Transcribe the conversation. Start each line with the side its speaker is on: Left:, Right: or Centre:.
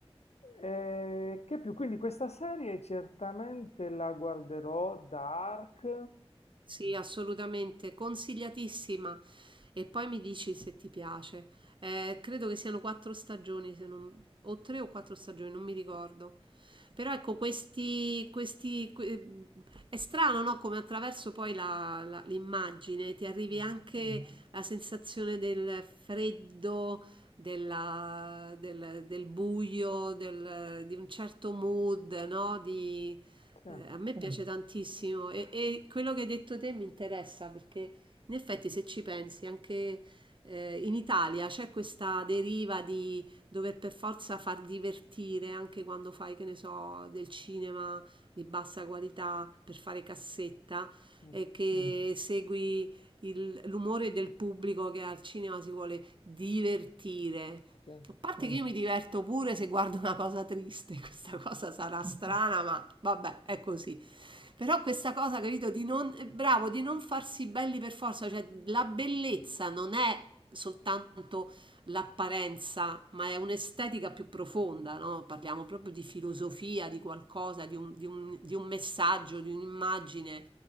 Left: Eh, che più? Quindi questa serie certamente la guarderò, Dark.
Right: Sì, assolutamente, consigliatissima. E poi mi dici se ti piace. Eh, credo che siano quattro stagioni, se non- o tre o quattro stagioni, non mi ricordo. Però ecco, questi, questi, que- è strano, no? Come attraverso poi la- la- l'immagine ti arrivi
Left: Mhm.
Right: anche la sensazione del freddo, della- del, del buio, del- di un certo mood, no?
Left: Sì.
Right: Eh, a me piace tantissimo e, e quello che hai detto te mi interessa perché in effetti se ci pensi anche eh, in Italia c'è questa deriva di dover per forza far divertire anche quando fai, che ne so, del cinema di bassa qualità per fare cassetta
Left: Mm,
Right: e che segui il- l'umore del pubblico che al cinema si vuole divertire.
Left: Sì,
Right: A parte che io mi diverto pure se guardo una cosa triste, <laughs> questa cosa sarà strana, ma vabbè, è così. Però questa cosa, capito, di non, eh, bravo, di non farsi belli per forza, cioè la bellezza non è soltanto l'apparenza, ma è un'estetica più profonda, no? Parliamo proprio di filosofia, di qualcosa, di un, di un- di un messaggio, di un'immagine.